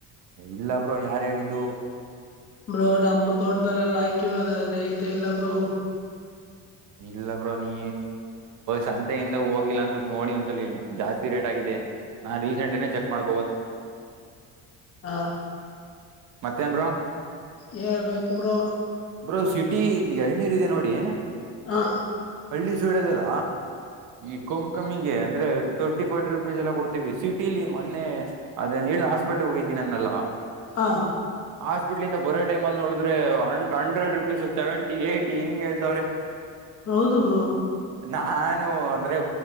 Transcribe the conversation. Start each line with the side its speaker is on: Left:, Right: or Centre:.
Right: ಇಲ್ಲಬ್ರೋ ಯಾರ ಹೇಳಿದ್ದು
Left: ಬ್ರಮ್ಮ ತೋಟ್ದಲ್ಲೆಲ್ಲ ಆಯ್ಕೆ ಬೀ ಐತೆ ಎಲ್ಲಬ್ರು
Right: ಇಲ್ಲ ಬ್ರೋ ನೀ ಸಂತೆಯಿಂದ ಹೋಗಿಲ್ಲ ಅನ್ಸತ್ ನೋಡಿ ಒಂದ್ಸಲಿ ಜಾಸ್ತಿ ರೇಟ್ ಆಗ ನಾ ರೀಸೆಂಟ್ ಏೇ ಚೆಕ್ ಮಾಡ್
Left: ಹಾ
Right: ಮತ್ತೇನ್ರು
Left: ಹೇಳ್ಬೇಕೊಬ್ರು
Right: ಬ್ರೋ ಸಿಟಿ ಎಳ್ನೀರ್ ಇದೆ ನೋಡಿ
Left: ಹಾ
Right: ಹಳ್ಳಿ ಸುಳದಲ್ಲ ಈ ಕಮ್ ಕಮ್ಮಿಗೆ ಅಂದ್ರೆ ತರ್ಟಿ ಫರ್ಟಿ ರುಪೀಸ್ ಎಲ್ಲ ಕೊಡ್ತೀವಿ ಸಿಟಿಲಿ ಮೊನ್ನೆ ಅದ. ಹಾಸ್ಪಿಟ್ಲ್ಗೆ ಹೋಗಿದ್ದೀನಿನ್ನೆಲ್ಲ
Left: ಹಾ
Right: ಹಾಸ್ಪಿಟ್ಲದ ಬರರೆ ಟೈಮ ಅಲ್ಲಿ ನೋಡಿದ್ರೆ ಹಂಡ್ರೆಡ್ ರುಪೀಸ್ ಸೆವೆಂಟಿ ಏಯಟಿ ಹಿಂಗ ಹೇಳ್ತವ್ರೆ
Left: ರೌದು ಬ್ರ
Right: ನಾನು ಅಂದ್ರೆ